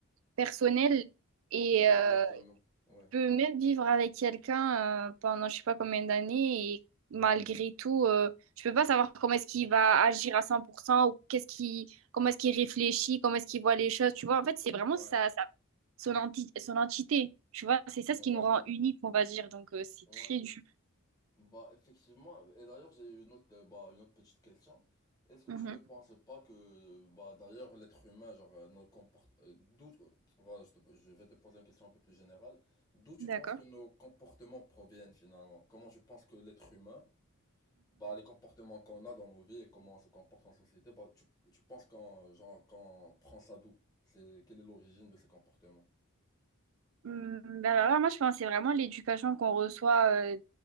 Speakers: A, on the right; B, on the left.
A: personnel et
B: Exactement,
A: euh,
B: ouais,
A: tu peux même vivre avec quelqu'un euh, pendant je sais pas combien d'années et malgré tout, euh, tu peux pas savoir comment est-ce qu'il va agir à 100% ou qu'est-ce qui, comment est-ce qu'il réfléchit, comment est-ce qu'il voit les choses. Tu vois, en fait, c'est vraiment
B: ouais,
A: ça, ça, son enti- son entité. Tu vois, c'est ça
B: ouais,
A: ce qui nous rend unique, on va dire. Donc, euh, c'est
B: ouais.
A: très dur.
B: Bah effectivement, et d'ailleurs j'ai une autre euh, bah une autre petite question. Est-ce que
A: Mhm.
B: tu ne penses pas que euh, bah d'ailleurs l'être humain genre euh, nos comport- euh, d'où euh, voilà, je te- je vais te poser une question un peu plus générale. D'où tu
A: D'accord.
B: penses que nos comportements proviennent finalement? Comment tu penses que l'être humain bah les comportements qu'on a dans nos vies et comment on se comporte en société, bah tu tu penses qu'on genre qu'on prend ça d'où? C'est quelle est l'origine de ces comportements?
A: Hum, ben alors là, moi, je pense que c'est vraiment l'éducation qu'on reçoit euh,